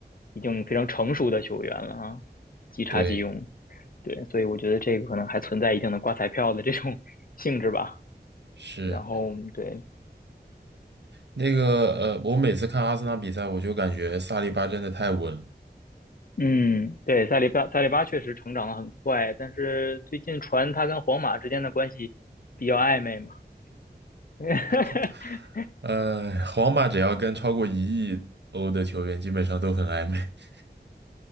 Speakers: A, on the left; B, on the right.
A: 已经非常成熟的球员了啊，即插即用。
B: 对，
A: 对，所以我觉得这个可能还存在一定的刮彩票的这种 <laughs> 性质吧。
B: 是
A: 然后对，
B: 那个呃，我每次看阿森纳比赛，我就感觉萨利巴真的太稳了，
A: 嗯，对，塞利巴塞利巴确实成长的很快，但是最近传他跟皇马之间的关系比较暧昧嘛。<laughs>
B: <laughs> 皇呃，皇马只要跟超过一亿欧的球员，基本上都很暧昧。<laughs>